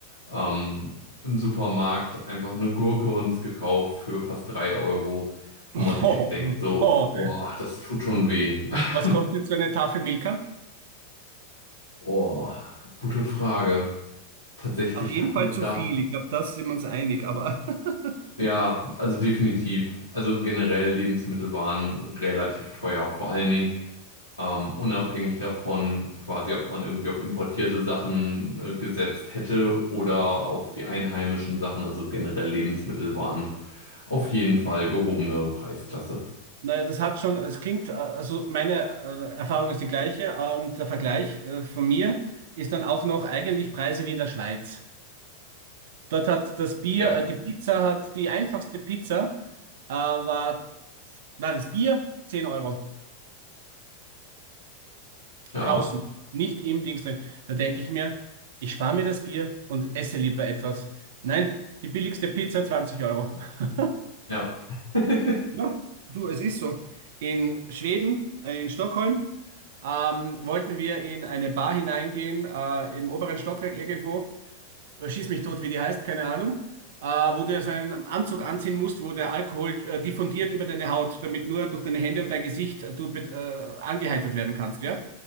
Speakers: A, on the left; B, on the right.
A: ähm, im Supermarkt einfach eine Gurke uns gekauft für fast drei Euro, wo
B: <laughs>
A: man sich
B: Oh,
A: echt denkt, so,
B: oh.
A: boah, das tut schon weh. <laughs>
B: Was kostet jetzt so eine Tafel Milka?
A: Oh, gute Frage. Tatsächlich
B: Auf jeden
A: hatten
B: Fall
A: wir da,
B: zu viel. Ich glaube, da sind wir uns einig, aber <laughs>
A: ja, also definitiv. Also generell Lebensmittel waren relativ teuer. Vor allen Dingen ähm, unabhängig davon, quasi, ob man irgendwie auf importierte Sachen äh, gesetzt hätte oder auf die einheimischen Sachen, also generell Lebensmittel waren auf jeden Fall gehobene Preisklasse.
B: Naja, das hat schon, es klingt, äh, also meine äh, Erfahrung ist die gleiche und der Vergleich äh, von mir ist dann auch noch eigentlich Preise wie in der Schweiz. Dort hat das Bier,
A: Ja,
B: äh, die Pizza hat die einfachste Pizza, äh, war, war das Bier 10 Euro
A: ja,
B: draußen, nicht im Dings drin. Da denke ich mir, ich spare mir das Bier und esse lieber etwas. Nein, die billigste Pizza 20 Euro. <laughs>
A: ja. <laughs>
B: Ja, du, es ist so. In Schweden, äh, in Stockholm, ähm, wollten wir in eine Bar hineingehen, äh, im oberen Stockwerk irgendwo. Äh, Schieß mich tot, wie die heißt, keine Ahnung, äh, wo du ja so einen Anzug anziehen musst, wo der Alkohol äh, diffundiert über deine Haut, damit nur durch deine Hände und dein Gesicht äh, du bet- äh, angeheitert werden kannst, ja?